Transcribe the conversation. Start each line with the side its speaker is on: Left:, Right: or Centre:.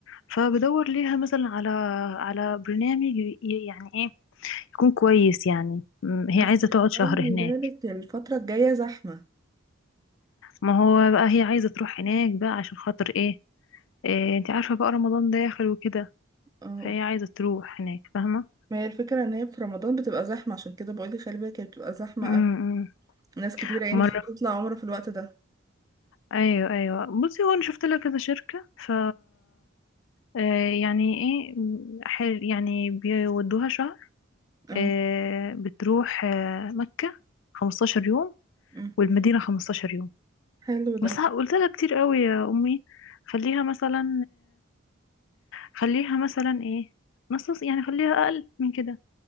Left: فبدور ليها مثلا على على برنامج ي- يعني ايه يكون كويس يعني م، هي
Right: بس
Left: عايزة تقعد شهر
Right: خلي
Left: هناك
Right: بالك الفتره الجايه زحمه
Left: ما هو بقى هي عايزة تروح هناك بقى عشان خاطر ايه, إيه انت عارفة بقى رمضان داخل وكده
Right: اه
Left: فهي عايزة تروح هناك فاهمة
Right: ما هي الفكره ان هي في رمضان بتبقى زحمه عشان كده بقول لك خلي بالك هي بتبقى زحمه
Left: م-
Right: قوي
Left: م.
Right: ناس كتيره يعني
Left: مرة
Right: بتطلع عمره في الوقت ده
Left: ايوه ايوه بصي هو انا شفت لها كذا شركة ف آه، يعني ايه م، حل يعني بيودوها شهر
Right: اه
Left: آه، بتروح آه، مكة 15 يوم
Right: أمم.
Left: والمدينة 15 يوم
Right: حلو ده
Left: بس ه- قلت لها كتير قوي يا امي خليها مثلا خليها مثلا ايه نص يعني خليها اقل من كده